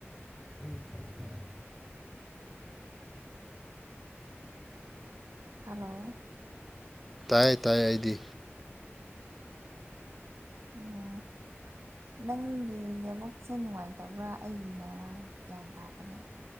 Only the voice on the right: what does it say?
ꯍꯜꯂꯣ
ꯑꯣ ꯅꯪꯒꯤ ꯅꯦꯠꯋꯥꯛꯁꯦ ꯅꯨꯡꯉꯥꯏꯇꯕ꯭ꯔꯥ ꯑꯩꯒꯤ ꯅꯔꯥ ꯒ꯭ꯌꯥꯟ ꯇꯥꯗ꯭ꯔꯦ